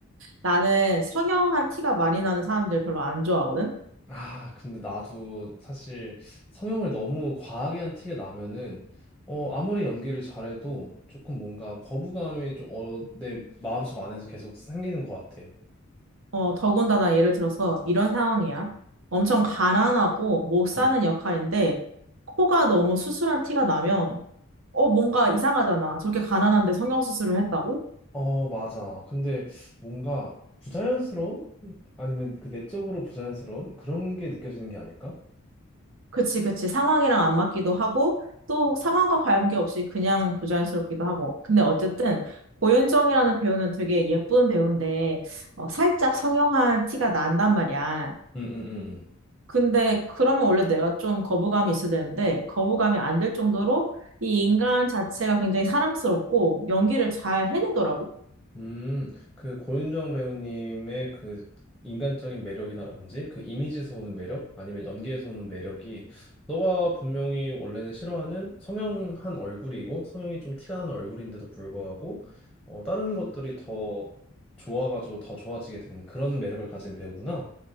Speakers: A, on the right; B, in the centre.
A: 나는 성형한 티가 많이 나는 사람들 별로 안 좋아하거든.
B: 아, 근데 나도 사실 성형을 너무 과하게 한 티가 나면은 어, 아무리 연기를 잘해도 조금 뭔가 거부감이 좀 어, 내 마음속 안에서 계속 생기는 것 같아.
A: 어, 더군다나 예를 들어서 이런 상황이야. 엄청 가난하고 못 사는
B: 음.
A: 역할인데 코가 너무 수술한 티가 나면 어, 뭔가 이상하잖아. 저렇게 가난한데 성형수술을 했다고?
B: 어, 맞아. 근데 뭔가 부자연스러움? 아니면 그 내적으로 부자연스러움? 그런 게 느껴지는 게 아닐까?
A: 그치, 그치. 상황이랑 안 맞기도 하고 또 상황과 관계없이 그냥 부자연스럽기도 하고. 근데 어쨌든 고윤정이라는 배우는 되게 예쁜 배우인데 어, 살짝 성형한 티가 난단 말이야.
B: 응, 응, 응.
A: 근데 그러면 원래 내가 좀 거부감이 있어야 되는데 거부감이 안 될 정도로 이 인간 자체가 굉장히 사랑스럽고 연기를 잘 해내더라고.
B: 음, 그 고윤정 배우님의 그 인간적인 매력이라든지 그 이미지에서 오는 매력 아니면 연기에서 오는 매력이 너가 분명히 원래는 싫어하는 성형한 얼굴이고 성형이 좀 티가 나는 얼굴인데도 불구하고 어, 다른 것들이 더 좋아가지고 더 좋아지게 되는 그런 매력을 가진 배우구나.